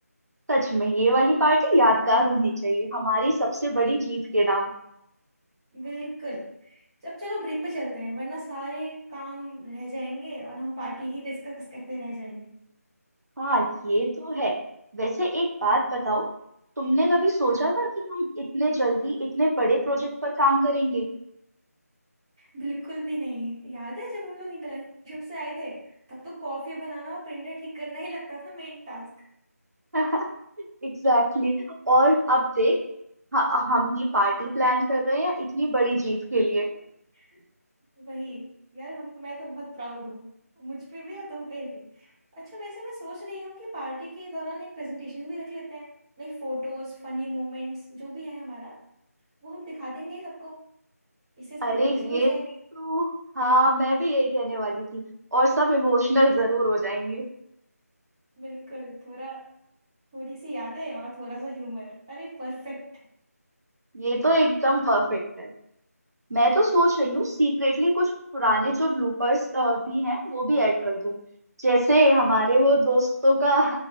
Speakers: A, on the right; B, on the right.
A: सच में ये वाली पार्टी यादगार होनी चाहिए हमारी सबसे बड़ी जीत के नाम
B: बिल्कुल जब चलो ब्रेक पे चलते हैं वरना सारे काम रह जाएंगे और हम पार्टी ही डिस्कस करते रह जाएंगे
A: हाँ ये तो है वैसे एक बात बताओ तुमने कभी सोचा
B: हाँ
A: था कि हम इतने जल्दी इतने बड़े प्रोजेक्ट पर काम करेंगे
B: बिल्कुल भी नहीं याद है जब हम लोग इंटर्नशिप से आए थे तब तो कॉफी बनाना और प्रिंटर ठीक करना ही लगता था मेन टास्क
A: <laughs> Exactly exactly. और अब देख ह- हम ही पार्टी प्लान कर रहे हैं इतनी बड़ी जीत के
B: <laughs>
A: लिए
B: वही यार हम मैं तो बहुत प्राउड हूँ मुझ पे भी और तुम पे भी अच्छा वैसे मैं सोच रही हूँ कि पार्टी के दौरान एक प्रेजेंटेशन भी रख लेते हैं लाइक फोटोज फनी मोमेंट्स जो भी है हमारा वो हम दिखा देंगे सबको इससे सब
A: अरे
B: लोग खुश भी हो
A: ये
B: जाएंगे
A: तो हाँ मैं भी यही कहने वाली थी और सब इमोशनल जरूर हो जाएंगे
B: बिल्कुल थोड़ा थोड़ी सी यादें और थोड़ा सा ह्यूमर अरे परफेक्ट
A: ये तो एकदम परफेक्ट है मैं तो सोच रही हूँ सीक्रेटली कुछ पुराने जो ब्लूपर्स भी हैं वो भी ऐड कर दूं जैसे हमारे वो दोस्तों का